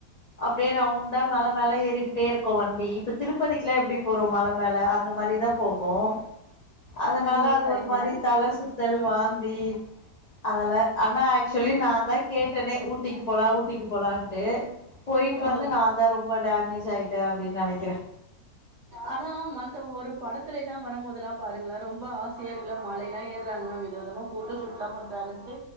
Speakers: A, on the left; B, on the right.
A: அப்டே ரவுண்டா மல மேல ஏறிகிட்டே இருக்கும் வண்டி இப்ப திருப்பதிக்கெல்லாம் எப்டி போறோம் மல மேல அந்த மாரிதான் போகும் அதனால
B: ஓ!
A: அது
B: சரிங்க.
A: ஒரு மாரி தல சுத் தல் வாந்தி அதெல்லாம் ஆனா ஆக்சுவலி நான் தான் கேட்டேனே ஊட்டிக்கு போலாம் ஊட் டிக்கு போலான்ட்டு போய்ட்டு வந்து
B: ஓ!
A: நான் தான் ரொம்ப டேமேஜ் ஆய்ட்டேன் அப்டின்னு நெனைக்கிறேன்
B: ஆனா மந் து ஒரு படத்துல எல்லா வரம்போதெல்லா பாருங்களே ரொம்ப ஆசையா இருக்குல மலயெல்லா ஏறாங்க வித விதமா ஃபோட்டோஷூட்லா பண்றாங்கண்ட்டு